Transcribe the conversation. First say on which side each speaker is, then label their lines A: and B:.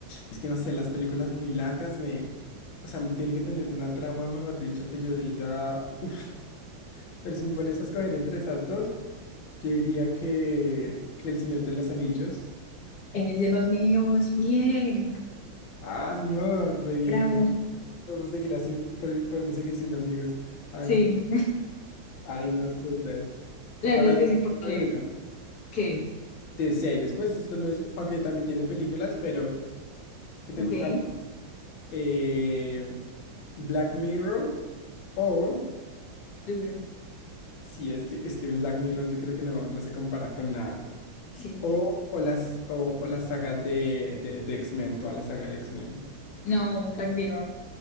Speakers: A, on the left; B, on the left.
A: Es que no sé, las películas muy largas me, o sea, tienen que tener una trama, mejor dicho, que yo diga, uff. Pero si me pones a escoger entre esas dos, yo diría que, que El Señor de los Anillos.
B: eres de los míos. Bien.
A: Ah, no, re bien,
B: Bravo.
A: re bien. Podemos seguir así, pod- podemos seguir siendo amigos, Ana.
B: Sí.
A: Ay, no, súper.
B: La verdad
A: Ahora
B: es
A: yo
B: que sí, porque,
A: con una.
B: ¿qué?
A: De series, pues esto no es, aunque también tiene películas, pero ¿qué te
B: Ok.
A: gusta más? Eh, Black Mirror o,
B: Duro.
A: sí, es que, es que Black Mirror yo creo que no, no se compara con nada.
B: Sí.
A: O, o las, o, o la saga de, de, de X-Men, toda la saga de X-Men.
B: No, Black Mirror.